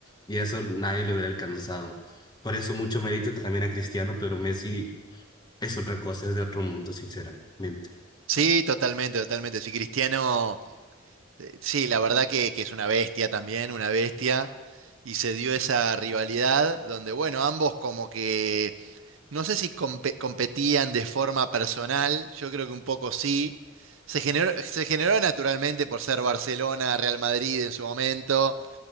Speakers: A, on the left (about 20°); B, on the right (about 70°).
A: y eso nadie lo hubiera alcanzado. Por eso mucho mérito también a Cristiano, pero Messi es otra cosa, es de otro mundo, sinceramente.
B: Sí, totalmente, totalmente. Sí, Cristiano, eh, sí, la verdad que, que es una bestia también, una bestia. Y se dio esa rivalidad donde, bueno, ambos como que, no sé si compe- competían de forma personal, yo creo que un poco sí. Se generó, se generó naturalmente por ser Barcelona, Real Madrid en su momento.